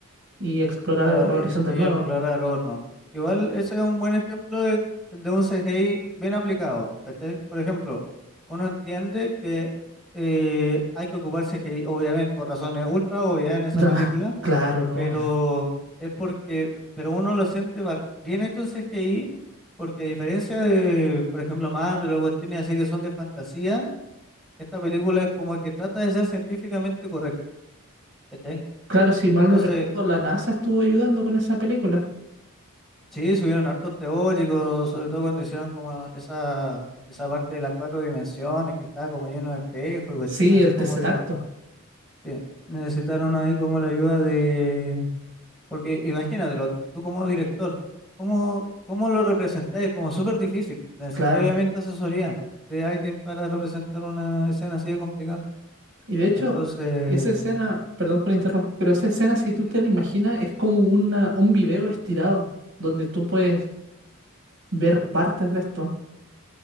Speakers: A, on the right (about 60°); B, in the centre.
A: y explorar
B: Claro,
A: horizontes
B: e- y
A: nuevos.
B: explorar otro. Igual ese es un buen ejemplo de, de un CGI bien aplicado, ¿cachai? Por ejemplo, uno entiende que eh, hay que ocupar CGI, obviamente, por razones ultra obvias
A: <laughs>
B: en esa
A: No,
B: película,
A: claro, no.
B: pero es porque, pero uno lo siente ba- bien hecho el CGI, porque a diferencia de, por ejemplo, Marvel o cuestiones así que son de fantasía, esta película es como que trata de ser científicamente correcta. ¿Cachai?
A: Claro, si mal
B: Entonces,
A: no recuerdo, la NASA estuvo ayudando con esa película.
B: Sí, subieron hartos teóricos, sobre todo cuando hicieron como esa, esa parte de las cuatro dimensiones que estaba como lleno de espejos y cuestiones
A: Sí,
B: así
A: el
B: como
A: tercer
B: que
A: acto,
B: sí, necesitaron ahí como la ayuda de... Porque imagínatelo, tú como director, ¿cómo, cómo lo representáis? Es Como súper difícil. Necesitáis
A: claro.
B: obviamente asesoría de alguien para representar una escena así de complicada.
A: Y de hecho,
B: Entonces,
A: esa escena, perdón por interrumpir, pero esa escena, si
B: sí,
A: tú te
B: sí,
A: la imaginas, es como una, un video estirado, donde tú puedes ver partes de esto.